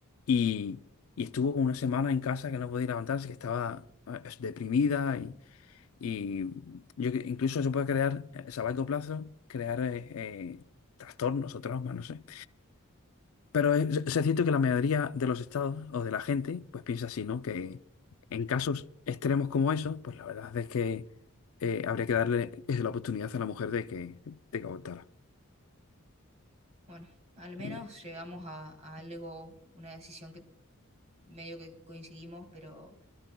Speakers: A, on the left; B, on the right.
A: Y, y estuvo como una semana en casa que no podía levantarse, que estaba eh, es- deprimida y, y yo cre- incluso eso puede crear, eh, a largo plazo, crear eh, eh, trastornos o traumas, no sé. Pero es, es cierto que la mayoría de los estados o de la gente, pues piensa así, ¿no? Que en casos extremos como esos, pues la verdad es que eh, habría que darle es la oportunidad a la mujer de que, de que votara.
B: Bueno, al
A: Como
B: menos llegamos a, a algo, una decisión que medio que coincidimos, pero